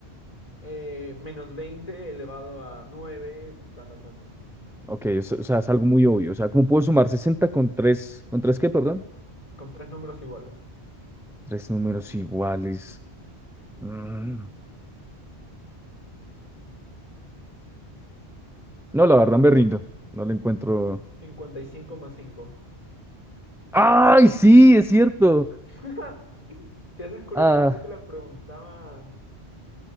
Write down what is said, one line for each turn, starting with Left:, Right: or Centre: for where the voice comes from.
Left: eh, menos 20 elevado a 9, tan, tan, tan, tan.
Centre: Ok, o se- o sea, es algo muy obvio. O sea, ¿cómo puedo sumar 60 con tres, con 3 qué, perdón?
Left: Con tres números iguales.
Centre: Tres números iguales. Mm. No, la verdad me rindo. No le encuentro.
Left: 55 más 5.
Centre: ¡Ay, sí, es cierto!
Left: <laughs> Sí, esa es curiosa,
Centre: Ah,
Left: creo que la preguntaban.